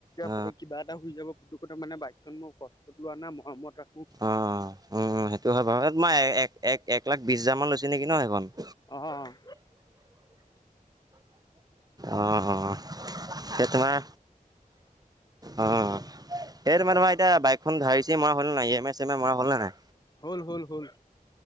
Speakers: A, on the right (about 25°); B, on the left (about 25°).
A: অ
B: প কিবা এটা হৈ যাব পুতু কথা মানে বাইকখন মই কষ্টত লোৱা নাই মৰমত ৰাখো
A: অ উম সেইটো হয় বাৰু তোমাৰ এক এক লাখ বিশ হাজাৰ মান লৈছে নেকি ন সেইখন
B: অ'।
A: অ অ সেই তোমাৰ অ এইটো মানে মই এতিয়া বাইকখন ধাৰিচি মাৰা হ'ল নে নাই ই য়ে মাই চম <unintelligible> মৰা হ'ল নে নাই
B: হ'ল হ'ল হ'ল